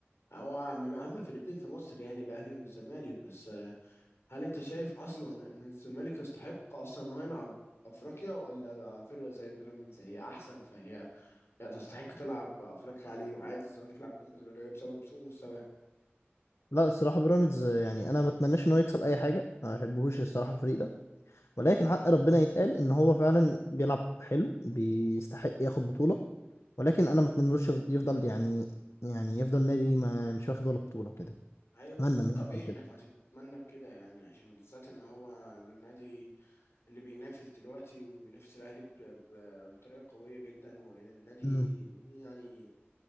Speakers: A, on the left (about 70°); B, on the left (about 90°).
A: هو من أهم فرقتين في مصر يعني الأهلي والزمالك بس آه، هل أنت شايف أصلا إن الزمالك يستحق أصلا إن هو يلعب أفريقيا ولا فرقة زي بيراميدز هي أحسن فهي هي تستحق تلعب أفريقيا عليه وعادي الزمالك يلعب كونفدرالية بسبب سوء مستواه
B: لا الصراحه بيراميدز يعني انا ما اتمناش ان هو يكسب اي حاجه ما بحبهوش الصراحه الفريق ده ولكن حق ربنا يتقال ان هو فعلا بيلعب حلو بيستحق ياخد بطوله ولكن انا ما اتمنلوش يفض- يفضل يعني يعني يفضل نادي ما مش واخد ولا بطوله كده
A: أيوة بس
B: اتمنى
A: ده
B: ان
A: الطبيعي
B: هو يفضل كده
A: إنك ما تتمنى بكده يعني عشان بالذات إن هو النادي اللي بينافس دلوقتي وبينافس الأهلي ب- ب- بطريقة قوية جدا والنادي
B: امم
A: يعني